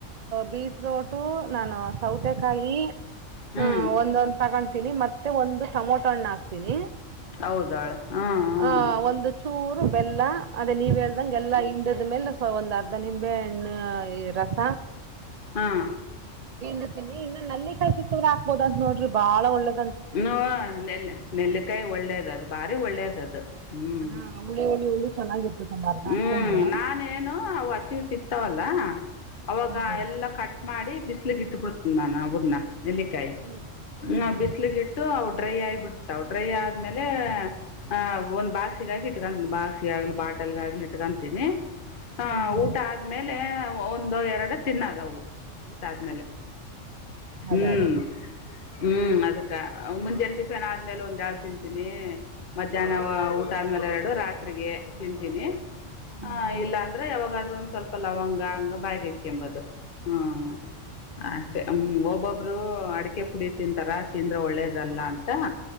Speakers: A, on the right; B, on the left.
A: ಬೀಟ್ರೂಟು ನಾನು ಸೌತೆಕಾಯಿ
B: ಹ್ಞೂ
A: ಹ್ಮ ಒಂದೊಂದ್ ತಗೊತೀನಿ ಮತ್ತೆ ಒಂದು ಟೊಮೊಟೋ ಹಣ್ಣ ಹಾಕ್ತೀನಿ
B: ಹೌದಳ ಹ್ಮ ಹ್ಮ
A: ಆ, ಒಂದು ಚೂರು ಬೆಲ್ಲ ಅದೇ ನೀವ್ ಹೇಳ್ದಂಗೆಲ್ಲ ಹಿಂಡದ ಮೇಲೆ ಒಂದ್ ಅರ್ಧ ನಿಂಬೆ ಹಣ್ಣ ರಸ
B: ಹಾಂ
A: ಇನ್ನ ನಲ್ಲಿ ಕಾಯಿ ಸಿಕ್ಕದ್ರೆ ಹಾಕ್ಬೋದ ಅಂತ ನೋಡ್ರಿ ಬಾಳ ಒಳ್ಳೆದ
B: ಹ ನೆಲ್ ನೆಲ್ಲಿಕಾಯಿ ಒಳ್ಳೇದ ಅದು ಭಾರಿ ಒಳ್ಳೇದ ಅದು ಹ್ಮ್
A: ಹಾ ಹುಳಿ ಹುಳಿ ಹುಳಿ ಚೆನ್ನಾಗಿರ್ತದೆ ಒಂದ್ ಅರ್ಧ
B: ಹ್ಮ್
A: ಹಾಕ್ಕೊಂಡ್ರೆ
B: ನಾನೇನು ಅವ್ ಹಸಿವ ಸಿಗತವಲ್ಲ ಅವಾಗ
A: ಹ್ಮ್
B: ಎಲ್ಲ ಕಟ್ ಮಾಡಿ ಬಿಸಿಲಿಗಿ ಇಟ್ಟುಬುಡ್ತಿನ್ ನನ್ ಅವನ್ನ ನೆಲ್ಲಿಕಾಯಿ
A: ಹ್ಮ್ ಹ್ಮ್ ಹ್ಮ್
B: ಬಿಸ್ಲಿಗೆ ಅವು ಡ್ರೈ ಆಗಿ ಬಿಡ್ತವು ಡ್ರೈ ಆದ್ಮೇಲೆ ಅಹ್ ಒಂದ್ ಬಾಕ್ಸಿಗೆ ಹಾಕಿ ಇಟಗಂತನ್ ಬಾಕ್ಸಿಗಾಕಿ ಲಿ ಬಾಟಲ್ಗ ಆಗ್ಲಿ ಇಟ್ಕಂತೀನಿ ಹಾ
A: ಹ್ಮ್
B: ಊಟ ಆದ್ಮೇಲೆ ಒಂದೋ ಎರಡು ತಿನ್ನದವು ಆದ್ಮೇಲೆ ಹ್ಮ್
A: ಅದೇ ಅದೇ
B: ಹ್ಮ್ ಅದೇ ಮುಂಜಲೆ ಟಿಫನ್ ಆದ್ಮೇಲೆ ಒಂದ್ ಎರಡ್ ತಿಂತೀನಿ ಮಧ್ಯಾಹ್ನ ಊಟ ಆದ್ಮೇಲೆ ಎರಡು ರಾತ್ರಿ ಗೆ ತಿಂತೀನಿ
A: ಹ್ಮ್
B: ಹಾ ಇಲ್ಲ ಅಂದ್ರೆ ಯಾವಾಗಾದ್ರು ಒಂದ್ ಸ್ವಲ್ಪ ಲವಂಗ ಹಂಗ ಬಾಯಿಗೆ ಹಾಕೆಂಬುದು ಹ್ಮ ಅಷ್ಟೇ ಹ್ಮ ಒಬ್ಬೊಬ್ರು ಅಡಿಕೆ ಪುಡಿ ತಿಂತಾರ ತಿಂದ್ರೆ ಒಳ್ಳೇದಲ್ಲ ಅಂತ